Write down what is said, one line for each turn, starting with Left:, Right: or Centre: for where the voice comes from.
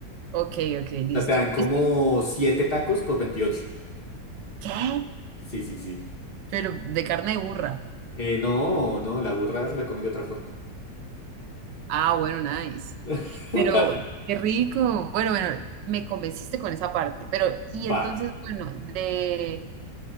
Right: ok, ok, listo.
Left: O sea, te dan como
Right: listo.
Left: 7 tacos por 28.
Right: ¿Qué?
Left: Sí, sí, sí.
Right: Pero de carne de burra.
Left: Eh, no, no, la burra se la comen de otra forma.
Right: Ah, bueno, nice.
Left: <laughs>
Right: Pero qué rico. Bueno, bueno, me convenciste con esa parte. Pero, y entonces,
Left: Va.
Right: bueno, de,